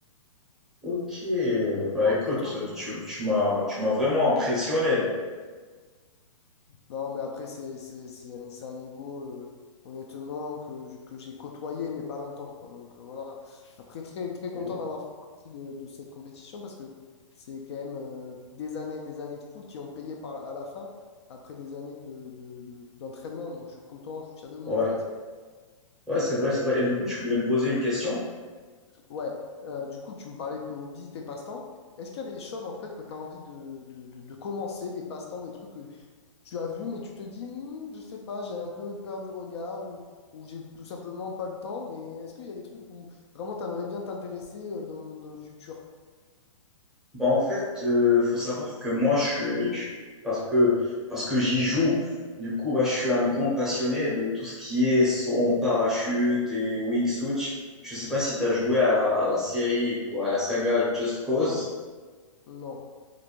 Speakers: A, in the centre; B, on the left.
A: Ok, euh, bah
B: Ah,
A: écoute,
B: Et toi, bon. du
A: tu,
B: coup,
A: tu m'as tu m'as vraiment impressionné là.
B: Non, mais après, c'est c'est- c'est un, c'est un niveau, euh, honnêtement, que, j- que j'ai côtoyé, mais pas longtemps, quoi. Donc, euh, voilà. Après, très, très content
A: Ok.
B: d'avoir fait partie de, de cette compétition parce que c'est quand même euh, des années et des années de foot qui ont payé par, à la fin, après des années de, de- de- d'entraînement. Donc, je suis content, je suis fier de moi,
A: Ouais,
B: en fait.
A: ouais, c'est vrai, c'est vrai. Et du coup, tu voulais me poser une question?
B: Ouais. Euh, du coup, tu me parlais de tes hobbies, tes passe-temps. Est-ce qu'il y a des choses, en fait, que tu as envie de, de, de- de commencer, des passe-temps, des trucs que tu as vu, mais tu te dis, Hmm, je sais pas, j'ai un peu peur du regard ou, ou j'ai tout simplement pas le temps. Mais est-ce qu'il y a des trucs où vraiment tu aimerais bien t'intéresser euh, dans, dans le futur?
A: Bah, en fait, euh, faut savoir que moi, je suis, je- parce que, parce que j'y joue, du coup, bah, je suis un grand passionné de tout ce qui est son parachute et wingsuit. Je ne sais pas si tu as joué à la, à la série ou à la saga Just Cause.
B: Non.